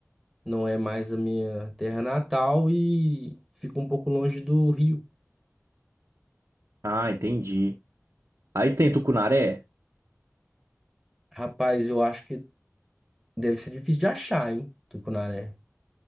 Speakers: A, in the centre; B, on the right (about 85°).
A: Não é mais a minha terra natal e fico um pouco longe do rio.
B: Ah, entendi. Aí tem tucunaré.
A: Rapaz, eu acho que deve ser difícil de achar, hein? Tucunaré.